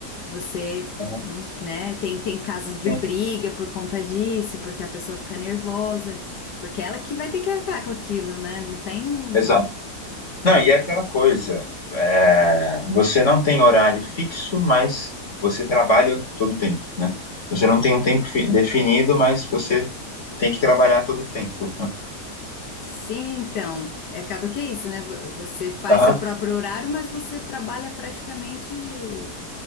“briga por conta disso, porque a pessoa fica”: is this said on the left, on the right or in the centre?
Left